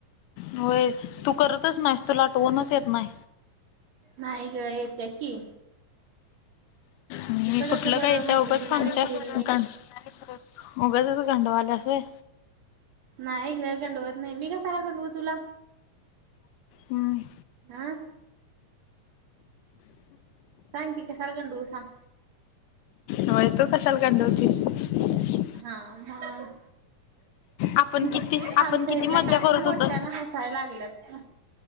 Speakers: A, on the left; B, on the right.
A: होय, तू करतंच नायस तुला आठवणच येत नाय.
B: नाय ग येेते की,
A: मी
B: तसं
A: कुठलं
B: कसं बरं
A: काई ईत्या
B: मैत्रिणींना
A: उगाच सांगतेस,
B: विसरीन मी.
A: उगाचच गंडवायलंस व्हय.
B: नाई ग गंडवत नाई, मी कशाला गंडवु तुला?
A: हम्म
B: हह सांग की कशाला गंडवु सांग?
A: होय तु कशाल गंडवतीस.
B: हा मग.
A: आपण
B: हं
A: किती
B: हं
A: आपण
B: आमच्या
A: किती
B: इथल्या
A: मज्जा
B: काकी
A: करत
B: मोठ्याना
A: होतो.
B: हसाय लागल्यात.